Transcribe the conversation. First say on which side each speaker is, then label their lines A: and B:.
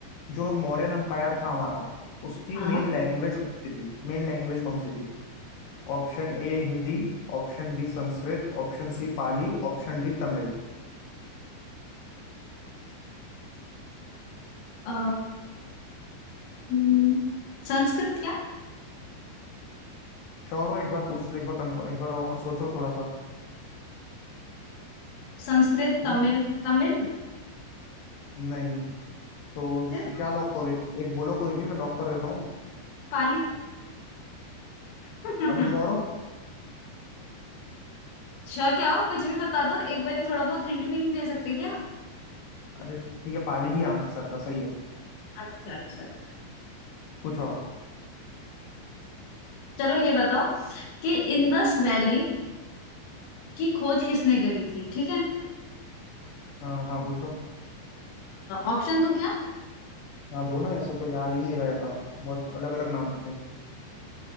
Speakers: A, on the left (about 60°); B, on the left (about 80°).
A: जो मौर्यन एम्पायर था हमारा उसकी
B: हाँ
A: मेन लैंग्वेज कौन सी थी मेन लैंग्वेज कौन सी थी Option A Hindi option B Sanskrit option C Pali option D Tamil
B: अ, हम्म, संस्कृत क्या
A: Sure हो एक बार पूछ लो एक बार कंफर्म एक बार और सोचो थोड़ा सा
B: संस्कृत
A: हम्म
B: तमिल तमिल
A: नहीं तो
B: फिर
A: श- क्या लॉक करो एक, एक बोलो कोई भी मैं लॉक कर देता हूँ
B: पाली <laughs>
A: पाली श्योर हो
B: अच्छा क्या हो कुछ भी बता दो एक बारी थोड़ा बहुत हिंट भी नहीं दे सकते क्या
A: अरे ठीक है पाली ही आंसर था सही है
B: अच्छा अच्छा
A: पूछो आप
B: चलो ये बताओ कि इंडस वैली की खोज किसने करी थी ठीक है
A: हाँ हाँ पूछो
B: ऑप्शन दूं क्या
A: हाँ दो ना ऐसा तो याद ही नहीं रहेगा बहुत अलग अलग नाम थे